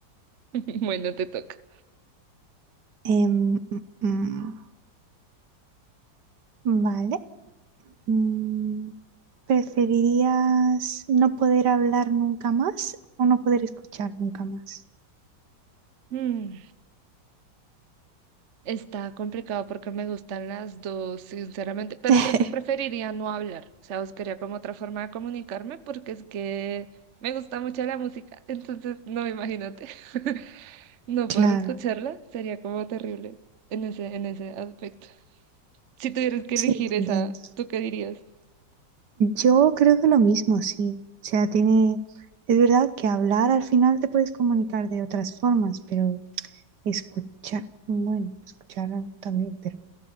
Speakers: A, on the right; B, on the right.
A: <laughs> Bueno, te toca.
B: em, mm, mm, vale. Mm, ¿preferirías no poder hablar nunca más o no poder escuchar nunca más?
A: Mm, Está complicado porque me gustan las dos, sinceramente, pero
B: <laughs>
A: creo que preferiría no hablar. O sea, buscaría como otra forma de comunicarme porque es que me gusta mucho la música, entonces no, imagínate. <laughs> No poder
B: Claro,
A: escucharla sería como terrible en ese, en ese aspecto. Si tuvieras que
B: sí,
A: elegir
B: te
A: esa,
B: entiendo.
A: ¿tú qué dirías?
B: Yo creo que lo mismo, sí. O sea, tiene, es verdad que hablar al final te puedes comunicar de otras formas, pero escuchar, bueno, escuchar también, pero